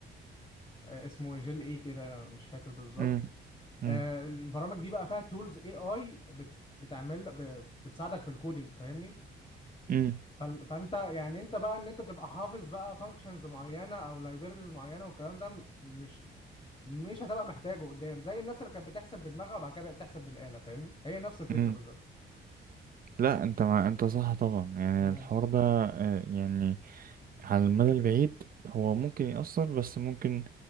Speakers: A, on the left (about 25°); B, on the right (about 45°).
A: اسمه جيل ايه كده مش فاكر بالظبط
B: مم. مم.
A: آه، البرامج دي بقى فيها تولز اي اي بت... بتعمل ب... بتساعدك في الكودينج فاهمني
B: مم.
A: فال- فانت يعني انت بقى ان انت تبقى حافظ بقى فانكشنز معينه او لايبريز معينه والكلام ده م- مش مش هتبقى محتاجه قدام زي الناس اللي كانت بتحسب بدماغها وبعد كده بقت تحسب بالاله فاهمني هي نفس الفكره
B: مم.
A: بالظبط
B: لا انت مع... انت صح طبعا يعني
A: مم،
B: الحوار ده آه، يعني على المدى البعيد هو ممكن يأثر بس ممكن